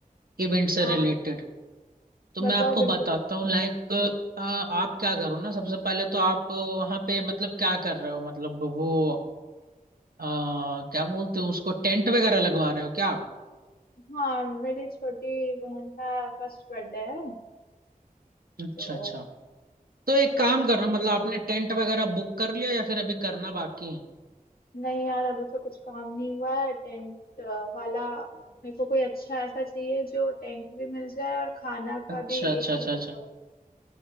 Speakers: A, on the right (about 80°); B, on the left (about 85°).
A: इवेंट से
B: हाँ
A: रिलेटेड तो
B: बताओ
A: मैं आपको
B: बिल्कुल
A: बताता हूँ लाइक आप क्या करो ना सबसे पहले तो आप वहाँ पे मतलब क्या कर रहे हो मतलब वो अ, क्या बोलते हो उसको टेंट वगैरह लगवा रहे हो क्या आप
B: हाँ मेरी छोटी बहन का फर्स्ट बर्थडे है
A: अच्छा
B: तो
A: अच्छा तो एक
B: हमने
A: काम करना मतलब आपने टेंट वगैरह बुक कर लिया या फिर अभी करना बाकी है
B: नहीं यार अभी तो कुछ काम नहीं हुआ है टेंट वाला अ, मेरे को कोई अच्छा ऐसा चाहिए जो टेंट भी मिल जाए और खाना का
A: अच्छा
B: भी
A: अच्छा
B: एक
A: अच्छा
B: ही जगह
A: अच्छा
B: हो जाए